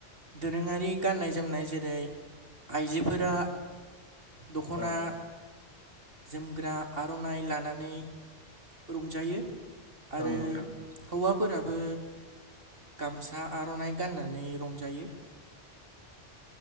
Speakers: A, on the right; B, on the left.
A: दोरोङारि गाननाय जोमनाय जेरै आइजोफोरा दख'ना
B: औ
A: जोमग्रा आर'नाइ लानानै रंजायो आरो
B: औ नोंथां
A: हौवाफोराबो गामसा आर'नाइ गाननानै रंजायो।